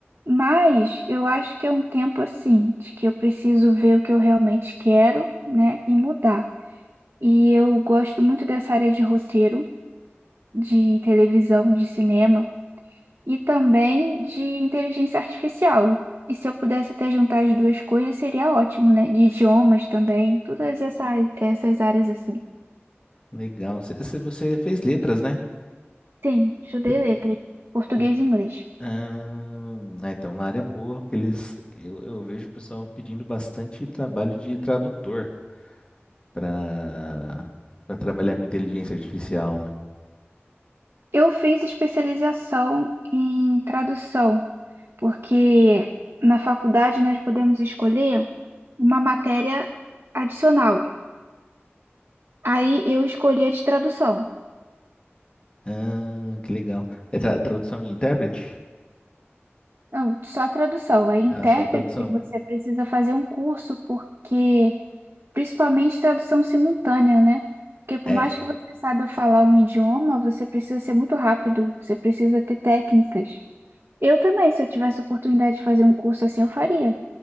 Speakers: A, on the right; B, on the left.
A: mas eu acho que é um tempo assim, de que eu preciso ver o que eu realmente quero, né? E mudar. E eu gosto muito dessa área de roteiro, de televisão, de cinema e também de inteligência artificial. E se eu pudesse até juntar as duas coisas, seria ótimo, né? De idiomas também, todas essa, essas áreas assim.
B: Legal. Você, você você fez letras, né?
A: Sim, estudei
B: Você-
A: letras, português
B: você-
A: e inglês.
B: Ah, é, então, uma área boa que eles, eu, eu vejo o pessoal pedindo bastante trabalho de tradutor para para trabalhar com inteligência artificial, né?
A: Eu fiz especialização em tradução, porque na faculdade nós podemos escolher uma matéria adicional. Aí eu escolhi a de tradução.
B: Ah, que legal. É tra- tradução e intérprete?
A: Não, só tradução. Aí, intérprete,
B: Ah, só a tradução.
A: você precisa fazer um curso, porque, principalmente tradução simultânea, né? Porque por
B: É,
A: mais que você saiba falar um idioma, você precisa ser muito rápido, você precisa ter técnicas. Eu também, se eu tivesse oportunidade de fazer um curso assim, eu faria.